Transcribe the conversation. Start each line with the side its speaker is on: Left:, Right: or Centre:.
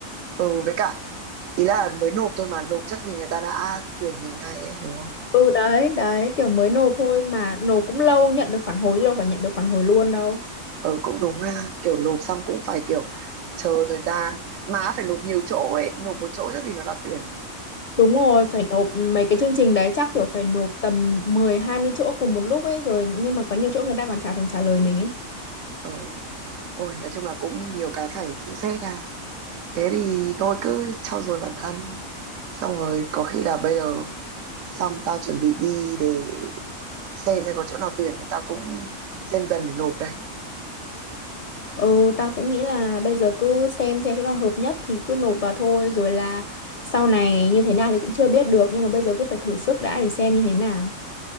Right: ừ với cả ý là mới nộp thôi mà nộp chắc gì người ta đã tuyển mình ngay ấy đúng không
Left: Ừ đấy, đấy kiểu mới nộp thôi mà nộp cũng lâu nhận được phản hồi chứ đâu phải nhận được phản hồi luôn đâu.
Right: ừ cũng đúng ha kiểu nộp xong cũng phải kiểu chờ thời gian mà phải nộp nhiều chỗ ấy nộp một chỗ chắc gì nó đã tuyển
Left: Đúng rồi, phải nộp mấy cái chương trình đấy chắc kiểu phải nộp tầm mười hai mươi chỗ cùng một lúc ấy rồi nhưng mà có nhiều chỗ người ta còn chả thèm trả lời mình ấy.
Right: ừ ôi nói chung là cũng nhiều cái phải xem xét ha thế thì tôi cứ trau dồi bản thân xong rồi có khi là bây giờ xong tao chuẩn bị đi để xem xem có chỗ nào tuyển thì tao cũng xem dần để nộp đây
Left: Ừ, tao cũng nghĩ là bây giờ cứ xem xem chỗ nào hợp nhất thì cứ nộp vào thôi rồi là sau này như thế nào thì cũng chưa biết được nhưng mà bây giờ cứ phải thử sức đã để xem như thế nào.